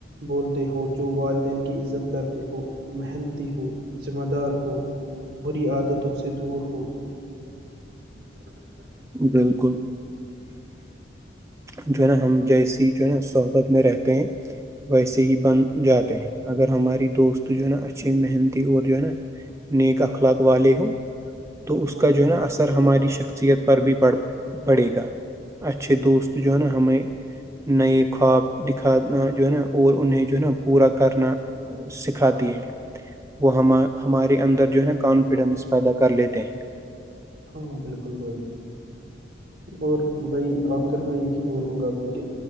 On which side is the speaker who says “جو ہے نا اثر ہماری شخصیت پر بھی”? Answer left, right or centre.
Right